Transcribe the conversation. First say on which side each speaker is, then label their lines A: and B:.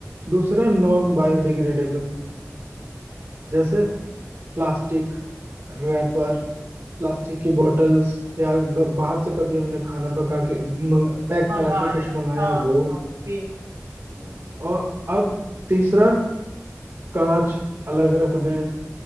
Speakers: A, on the right; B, on the right.
A: दूसरा नॉन बायोडिग्रेडेबल जैसे प्लास्टिक रैपर प्लास्टिक की बोतल्स या ग- बाहर से कभी हमने खाना पका के मंग, पैक
B: मंगाए
A: करा के कुछ
B: हाँ
A: मंगाया
B: हाँ
A: वो
B: हाँ, वो भी हम्म,
A: और अब तीसरा कांच अलग रख दें